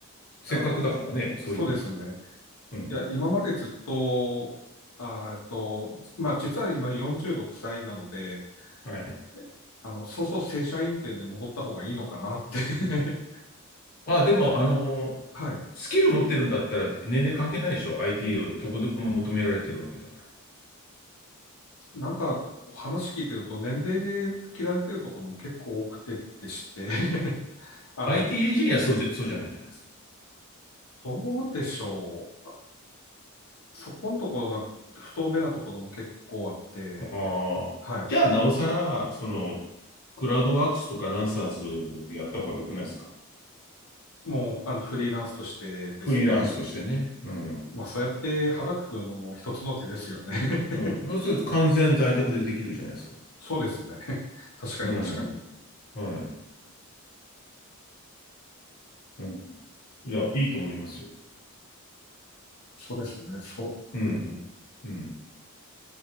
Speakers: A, on the left; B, on the left.
A: せっかくだからね、
B: あの、
A: そういうの。
B: そうですね。
A: うん。
B: いや、今までずっと、あーえっと、まあ、実は今46歳なので、
A: はい。
B: えあの、そうそう正社員っていうのに戻った方がいいのかなって <laughs>
A: あ、でも、あの、
B: はい。
A: スキル持ってるんだったら年齢関係ないでしょ。IT をどこでも求められてるわけだから。
B: なんか、話聞いてると年齢で切られてるところも結構多くてってして <laughs> あの、
A: IT エンジニアはそうじゃ、そうじゃないんじゃないです
B: どうでしょう。あそこのところが不透明なところも結構あって、
A: か。ああ。
B: はい。
A: じゃあ、なおさら、その、クラウドワークスとかランサーズでやった方が良くないですか。
B: もう、あの、フリーランスとしてですね。
A: フリーランスとしてね。うん。
B: まあ、そうやって肌くくるのも一つの手ですよね。<laughs>
A: うん。そうすると完全在宅でできるじゃないですか。
B: そうですね。<laughs> 確かに確かに。
A: うん。はい。うん。いや、いいと思いますよ。
B: そうですね。そう。
A: うん。
B: うん。
A: うん。